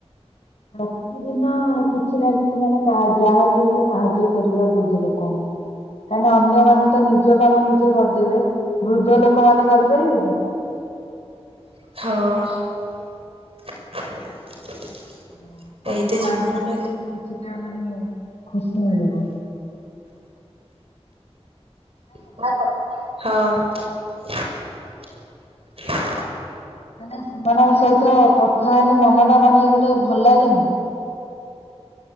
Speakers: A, on the left; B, on the right.
A: ପ୍ରତିଦିନ କିଛି ନା କିଛି ମାନେ କାହା ଯାହାକୁ ହେଲେ ସାହାଯ୍ୟ କରିବା ବୃଦ୍ ଲୋକଙ୍କୁ କାହିଁନା ଅନ୍ୟମାନେ ତ ନିଜ କାମ ନିଜେ କରିଦେବେ। ବୃଦ୍ଧ ଲୋକମାନେ କରିପାରିବେ କି?
B: ହଁ। <inaudible>
A: ହଁ ତାଙ୍କୁ
B: ଏଇତ
A: ସାହାଯ୍ୟ
B: ଜୀବନରେ
A: କଲେ କିଛିଟା ମାନେ ଖୁସ୍ ନ ଳିବ <inaudible>
B: ନା କଣ ହଁ।
A: ମାନେ ସେମାନଙ୍କ ସହିତ କଥା ହେଲେ ମନ ଟା ମାନେ ଗୋଟେ ଭଲ ଲାଗେନି?